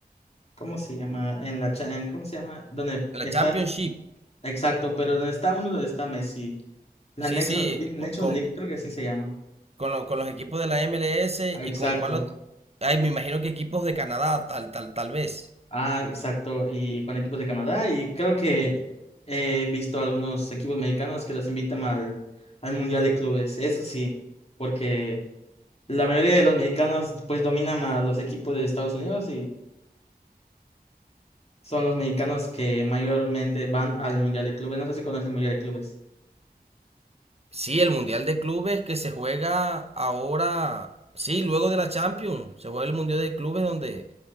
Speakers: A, on the left; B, on the right.
A: ¿cómo se llama? En la, cha- en- ¿cómo se llama? Donde
B: La
A: está,
B: Championship.
A: exacto, pero donde está uno, donde está Messi. La
B: Sí,
A: Nations
B: sí,
A: League, Nations
B: co- con,
A: League creo que así se llama.
B: con, lo- con los equipos de la MLS
A: Ah, Exacto.
B: y con cuál otro. Ay, me imagino que equipos de Canadá, tal, tal, tal vez.
A: Ah, exacto. Y con equipos de Canadá, y creo que he visto algunos equipos mexicanos que los invitan al, al Mundial de Clubes, eso sí, porque la mayoría de los mexicanos pues dominan a los equipos de Estados Unidos son los mexicanos que mayormente van al Mundial de Clubes. No sé si conoces el Mundial de Clubes.
B: Sí, el Mundial de Clubes que se juega ahora, sí, luego de la Champions, se juega el Mundial de Clubes donde,